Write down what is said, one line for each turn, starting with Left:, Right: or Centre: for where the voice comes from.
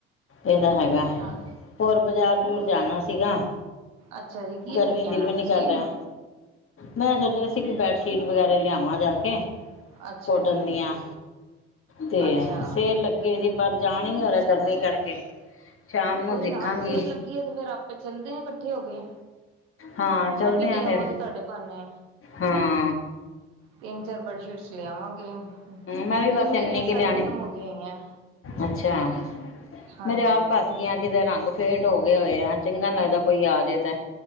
Left: ਏਹ ਤਾਂ ਹੈਗਾ।
Right: ਤਾਂ
Left: ਹੋਰ ਬਾਜ਼ਾਰ ਬਜੂਰ
Right: ਹੋਰ
Left: ਜਾਣਾ ਸੀਗਾ।
Right: ਅੱਛਾ ਜੀ ਕੀ
Left: ਗਰਮੀ
Right: ਲੈ ਕੇ ਆਣਾ
Left: ਦਿਲ ਵੀ ਨੀ
Right: ਤੁਸੀਂ
Left: ਕਰ ਰੇਹਾ। ਮੈਂ ਸੋਚ ਰਹੀ ਸੀ ਕਿ ਬੈਡਸ਼ੀਟ ਵਗੈਰਾ ਲਿਆਵਾਂ ਜਾ ਕੇ।
Right: ਅੱਛਾ
Left: ਕੋਟਨ
Right: ਜੀ
Left: ਦੀਆਂ ਤੇ
Right: ਅੱਛਾ।
Left: ਸੇਲ ਲਗੀ। ਗੀ ਦੀ ਪਰ ਜਾਣ ਹੀ ਹੋ ਰਿਹਾ ਗਰਮੀ ਕਰਕੇ। ਸ਼ਾਮ ਨੂੰ
Right: ਕੋਈ
Left: ਦੇਖਾਂਗੀ
Right: ਨਾ ਜੇ ਸੇਲ ਲੱਗੀ ‌ਐ‌ ਤੇ ਫੇਰ ਆਪੇ ਚੱਲਦੇ ਆ ਕੱਠੇ ਹੋ ਕੇ।
Left: ਹਾਂ ਚੱਲਦੇ
Right: ਮੈਂ ਵੀ ਲੈ
Left: ਆ ਫੇਰ।
Right: ਆਵਾਂਗੀ ਤੁਹਾਡੇ ਬਹਾਨੇ
Left: ਹੂੰ।
Right: ਤਿੰਨ-ਚਾਰ ਬੈਡਸ਼ੀਟਸ ਲਿਆਵਾਂਗੇ।
Left: ਮੈਂ ਵੀ
Right: ਕਿਉਂਕਿ
Left: ਬਸ
Right: ਮੇਰੀਆਂ
Left: ਇੰਨੀ ਕੁ
Right: ਸਾਰੀ
Left: ਲਿਆਣੀ
Right: ਖਤਮ ਹੋ ਗਈ ਹੋਈਆਂ
Left: ਅੱਛਾ
Right: ਹਾਂਜੀ।
Left: ਮੇਰੇ ਆਪ ਕੱਸ ਗਿਆਂ ਕਿਤੇ ਰੰਗ ਫੇਟ ਹੋ ਗਏ ਹੋਏ ਆ। ਚੰਗਾ ਨੀ ਲੱਗਦਾ ਕੋਈ ਆ ਜੇ ਤੈਂ